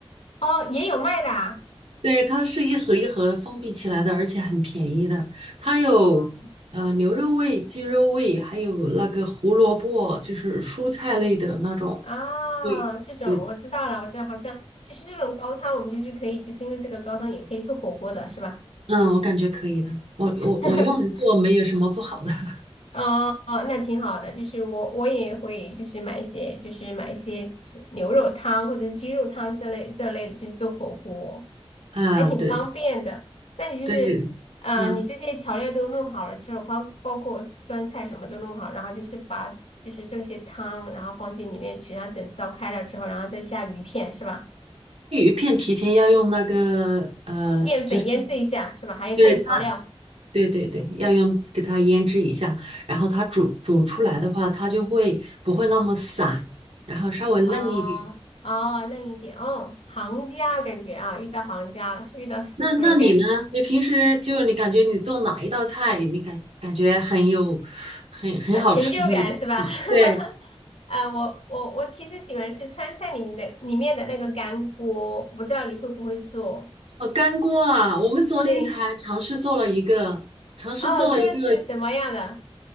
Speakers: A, on the left; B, on the right.
A: 哦，也有卖的啊。
B: 对，它是一盒一盒封闭起来的，而且很便宜的。它有呃牛肉味、
A: 哦。
B: 鸡肉味，还有那个胡萝卜，就是蔬菜类的那种
A: 啊，
B: 味。
A: 这种我知道了，
B: 对，
A: 我知道，好像就是这种高汤，我们就是可以，就是因为这个高汤也可以做火锅的，是吧？
B: 嗯，我感觉可以的。我我我用来做没有什么不好的。
A: <laughs>
B: <laughs>
A: 哦哦，那挺好的。就是我我也会就是买一些，就是买一些就是牛肉汤或者是鸡肉汤这类这类的，就是做火锅，
B: 啊，
A: 还挺方便的。
B: 对
A: 那你就是啊，
B: 对，嗯，
A: 你这些调料都弄好了之后，包包括酸菜什么都弄好，然后就是把就是这些汤，然后放进里面去，然后等烧开了之后，然后再下鱼片，是吧？
B: 鱼片提前要用那个呃，
A: 淀粉腌制一下是吧？
B: 就是
A: 还有它的调料
B: 对它，对对对，要用给它腌制一下，然后它煮煮出来的话，它就会不会那么散，然后稍微嫩一点。
A: 啊哦，哦嫩一点哦，行家感觉啊，遇到行家了，是遇到师傅了感觉
B: 那那你呢？你平时就你感觉你做哪一道菜，你感感觉很有很很好吃的一种菜对，
A: 啊，成就感是吧？<laughs> 啊，我我我其实喜欢吃川菜里面的里面的那个干锅，我不知道你会不会做？
B: 呃，干锅啊，我们昨天才尝试做了一个，
A: 对，
B: 尝试做了一个，
A: 哦，这个是什么样的？